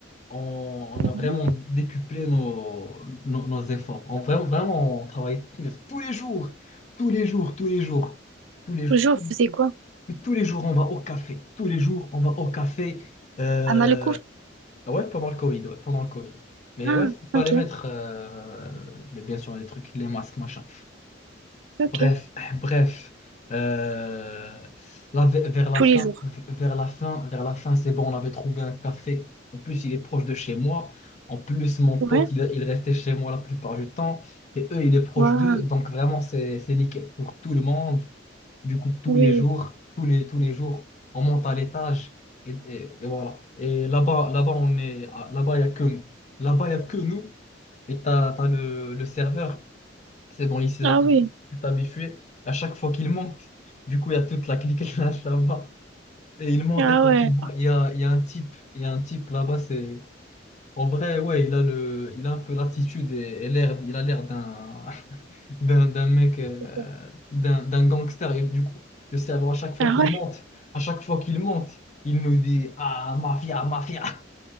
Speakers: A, on the left (about 35°); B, on the right (about 80°).
A: on, on a
B: Ouais.
A: vraiment décuplé nos, nos, nos efforts. On, vraiment, vraiment, on travaillait tous les jours, tous les jours, tous les jours, tous les jours,
B: Toujours,
A: tous
B: vous
A: les,
B: faisiez quoi?
A: mais tous les jours, on va au café. Tous les jours, on va au café. Euh,
B: Ah, mal le coup?
A: ouais, pendant le Covid, ouais, pendant le Covid. Mais
B: Ah,
A: ouais,
B: ok,
A: fallait mettre, euh, les- bien sûr, les trucs, les masques, machin.
B: ok.
A: Bref, <clears throat> bref, euh, là, ve- vers la
B: Tous
A: fin,
B: les jours.
A: v- vers la fin, vers la fin, c'est bon, on avait trouvé un café. En plus, il est proche de chez moi. En plus, mon pote,
B: Ouais.
A: il, il restait chez moi la plupart du temps. Et eux, il est proche
B: Waouh.
A: d'eux. Donc, vraiment, c'est, c'est nickel pour tout le monde. Du coup, tous
B: Oui.
A: les jours, tous les, tous les jours, on monte à l'étage. Et, et- et voilà. Et là-bas, là-bas, on est, à- là-bas, il n'y a que nous. Là-bas, il n'y a que nous. Et t'as, t'as le le serveur. C'est bon, il s'est
B: Ah oui.
A: il s'est habitué à chaque fois qu'il monte. Du coup, il y a toute la clique <laughs> là- là-bas. Et il monte
B: Ah
A: et quand
B: ouais.
A: il voit, il y a, il y a un type, il y a un type là-bas, c'est... En vrai, ouais, il a le, il a un peu l'attitude et, et l'air, il a l'air d'un, <laughs> d'un, d'un mec, euh,
B: D'accord.
A: d'un, d'un gangster. Et du coup, le cerveau, à chaque fois
B: Ah
A: qu'il
B: ouais.
A: monte, à chaque fois qu'il monte, il nous dit, ah, mafia, mafia.